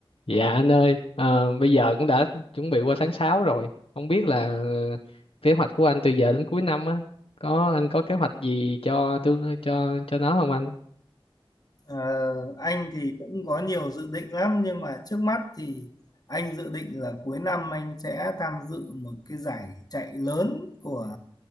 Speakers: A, on the left (about 75°); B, on the left (about 40°).
A: Dạ anh ơi, ờ, bây giờ cũng đã chuẩn bị qua tháng 6 rồi. Không biết là ờ, kế hoạch của anh từ giờ đến cuối năm á, có anh có kế hoạch gì cho tương cho cho nó không anh?
B: Ờ, anh thì cũng có nhiều dự định lắm nhưng mà trước mắt thì anh dự định là cuối năm anh sẽ tham dự một cái giải chạy lớn của